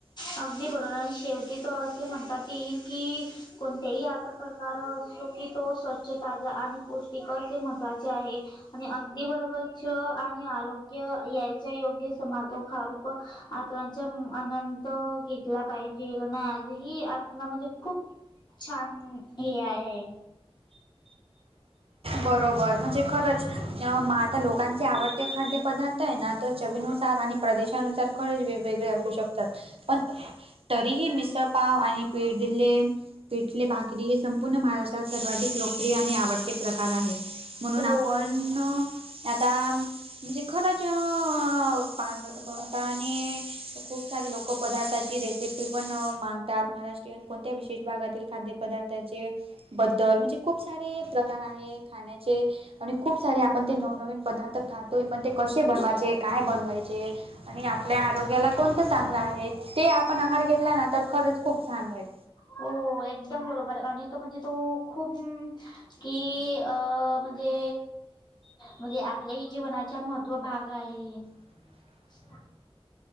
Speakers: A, on the left; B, on the right.
A: अगदी बरोबर शेवटी तो असे म्हणतात येईल की कोणत्याही अ प्रकार असतो की तो स्वच्छताचा आणि पौष्टिक हे महत्त्वाचे आहे आणि अगदी बरोबरच आणि आरोग्य याच्या योग्य समातो खारूक आत त्या आनंत घेतला पाहिजे आणि आजही आपला म्हणजे खूप छान हे आहे
B: बरोबर म्हणजे खरंच म आता लोकांचे आवडते खाद्यपदार्थ त ये ना तर चवीनुसार आणि प्रदेशानुसार कही वेगवेगळे असू शकतात पण तरीही मिसळ पाव आणि पेडले पिठले भाकरी हे संपूर्ण महाराष्ट्रात सर्वाधिक लोकप्रिय आणि आवडते प्रकार कार आहे म्हणून
A: हो
B: आपण
A: अग
B: ते आता <unintelligible> खूप सारे लोक पदार्थाची रेसिपी पण मागतात महाराष्ट्रीयन कोणत्या विशेष भागातील खाद्यपदार्थाचे बदल म्हणजे खूप सारे प्रकार आहे खाण्याचे आणि खूप सारे आपण ते नवनवीन पदार्थ खातोय पण ते कसे बनवायचे काय बनवायचे आणि आपल्या आरोग्याला कोणतं चांगलं आहे ते आपण आहार घेतला ना तर खरंच खूप छान राहील
A: हो एकदम बरोबर आणि तो म्हणजे तु खूप की अ म्हण ते म्हणजे आपलंही जीवनाचा महत्त्व भाग आहे <unintelligible>